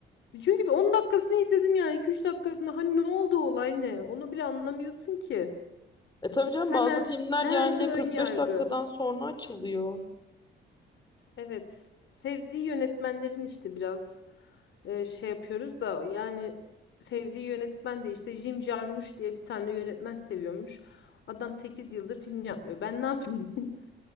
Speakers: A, on the left; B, on the left.
A: Çünkü bir 10 dakikasını izledim yani 2-3 dakikasını hani ne oldu olay ne? Onu bile anlamıyorsun ki.
B: E tabii canım
A: Hemen
B: bazı filmler
A: hemen
B: yani
A: bir ön
B: 45
A: yargı.
B: dakikadan sonra açılıyor.
A: Evet. Sevdiği yönetmenlerin işte biraz e, şey yapıyoruz da yani sevdiği yönetmen de işte Jim Jarmusch diye bir tane yönetmen seviyormuş. Adam 8 yıldır film yapmıyor. Ben ne yapayım?